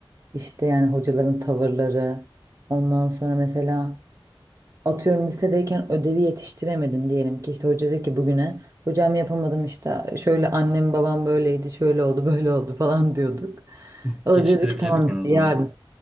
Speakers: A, on the right; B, in the centre.
A: İşte yani hocaların tavırları. Ondan sonra mesela Atıyorum lisedeyken ödevi yetiştiremedin diyelim ki işte hoca dedi ki bugüne hocam yapamadım işte şöyle annem babam böyleydi şöyle oldu <laughs> böyle oldu falan diyorduk.
B: Hı,
A: O
B: Geçtirebiliyorduk
A: da diyordu ki tamam
B: en
A: işte
B: azından.
A: yarın